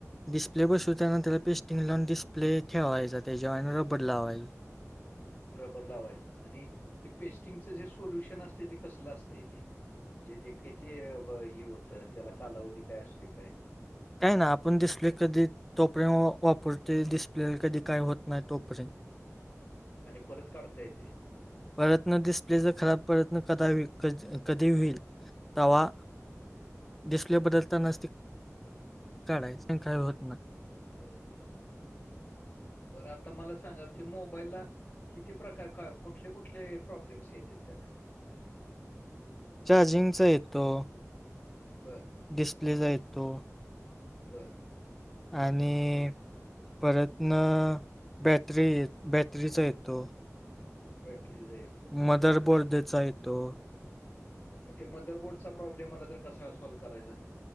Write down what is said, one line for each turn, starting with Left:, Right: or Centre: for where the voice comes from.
Centre: डिस्प्ले बसिवताना त्याला पेस्टिंग लावून डिस्प्ले ठेवायचा त्याच्यावर नि रबर लावायल.
Left: रबर लावायचं. आणि ते पेस्टिंगच जे सोल्युशन असतेय ते कसलं असतंय ते? म्हणजे ते किती हे ब होतं? त्याला कालावधी काय असतोय काय?
Centre: काय नाही. आपण डिस्प्ले कधी <unintelligible> वापरतोय डिस्प्लेला कधी काय होत नाही तोपर्यंत.
Left: आणि परत काढता येतय.
Centre: परत न डिस्प्लेचा खराब परत न कदा कधी होईल तवा- डिस्प्ले बदलतानाच ते काढायच. काय होत नाय.
Left: बरं बर. बरं. आता मला सांगा ते मोबाईलला- किती प्रकार? काय कुठले कुठले प्रॉब्लेम्स येतेत त्याला?
Centre: चार्जिंगचा येतो.
Left: बरं,
Centre: डिस्प्लेचा येतो.
Left: बरं.
Centre: आणि परत म बॅटरी, बॅटरीचा येतो.
Left: बॅटरीचा. येतो.
Centre: मदर बोर्डेचा येतो.
Left: मग ते मदर बोर्डचा प्रॉब्लेम आला तर कसा सॉल्व करायचा?